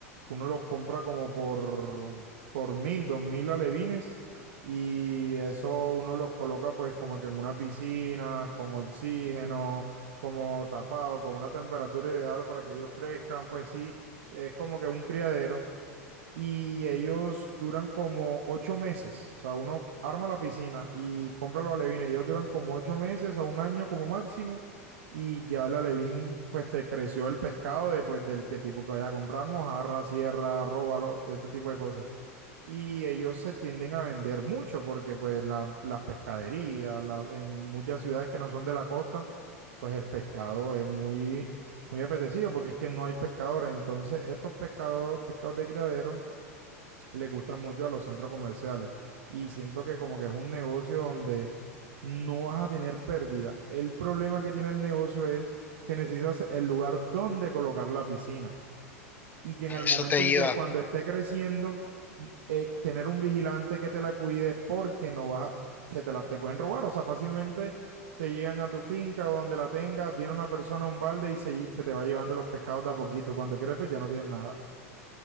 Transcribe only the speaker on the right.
uno los compra como por, por mil, dos mil alevines y eso uno los coloca pues como que en una piscina con oxígeno, como tapado, con una temperatura ideal para que ellos crezcan, pues sí, es como que un criadero y ellos duran como ocho meses. O sea, uno arma la piscina y compra los alevines. Ellos duran como ocho meses a un año como máximo. Y ya el alevín, pues te creció el pescado de, pues, del que tipo que vaya a comprar, mojarra, sierra, róbalo, este tipo de cosas. Y ellos se tienden a vender mucho porque pues la- las pescaderías, las, en muchas ciudades que no son de la costa, pues el pescado es muy, muy apetecido porque es que no hay pescadores. Entonces estos pescados, pescados de criadero le gusta mucho a los centros comerciales. Y siento que como que es un negocio donde no vas a tener pérdida. El problema que tiene el negocio es que necesitas el lugar donde colocar la piscina. Y que en
el
momento
en
que cuando esté creciendo, eh, tener un vigilante que te la cuide porque no vas a- se te la te pueden robar. O sea, fácilmente te llegan a tu finca o donde la tengas, viene una persona a un balde y se, se te va llevando los pescados de a poquito. Cuando quieres ver, ya no tienes nada.